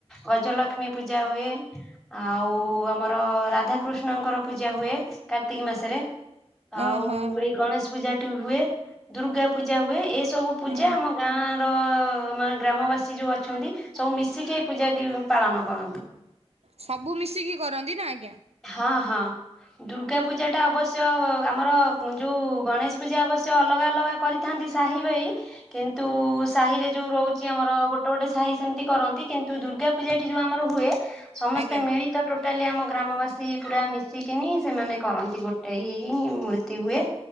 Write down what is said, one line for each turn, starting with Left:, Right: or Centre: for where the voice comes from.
Centre: ଗଜଲକ୍ଷ୍ମୀ ପୂଜା ହୁଏ। ଆଉ ଆମର ରାଧାକୃଷ୍ଣଙ୍କର ପୂଜା ହୁଏ। କାର୍ତ୍ତିକ ମାସରେ ଆଉ
Right: ଓହୋ
Centre: ଏଇ ଗଣେଶ ପୂଜାଟି ହୁଏ ଦୁର୍ଗା ପୂଜା ହୁଏ। ଏ ସବୁ ପୂଜା
Right: ହୁଁ
Centre: ଆମ ଗାଁ ତ ମାନେ ଗ୍ରାମବାସୀ ଯୋଉ ଅଛନ୍ତି ସବୁ ମିଶିକି ଏଇ ପୂଜାଟି ପାଳନ କରନ୍ତୁ।
Right: ସବୁ ମିଶିକି କରନ୍ତି ନା ଆଜ୍ଞା।
Centre: ହଁ ହଁ। ଦୁର୍ଗା ପୂଜାଟା ଅବଶ୍ୟ ଆମର ଯୋଉ ଗଣେଶ ପୂଜା ଅବଶ୍ୟ ଅଲଗା ଅଲଗା କରି ଥାନ୍ତି ସାହି ଭାଇ। କିନ୍ତୁ ସାହିରେ ଯୋଉ ରହୁଚି ଆମର ଗୋଟେ ଗୋଟେ ସାହି ସେମିତି କରନ୍ତି କିନ୍ତୁ ଦୁର୍ଗା ପୂଜାଟି ଯୋଉ ଆମର ହୁଏ, ସମସ୍ତେ
Right: ଆଜ୍ଞା
Centre: ମିଳିତ ଟୋଟାଲି ଆମ ଗ୍ରାମବାସୀ ସୀ ପୁରା ମିଶିକିନି ସେମାନେ କରନ୍ତି ଗୋଟାଇ ହି ମୂର୍ତ୍ତି ହୁଏ।